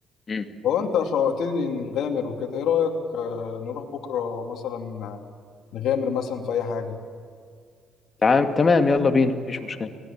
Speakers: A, on the left; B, on the left.
A: مم.
B: هو انت شوقتني نغامر وكده ايه رأيك آه، نروح بكرة مثلا آه، نغامر مثلا في اي حاجة
A: تمام تمام يلا بينا مفيش مشكله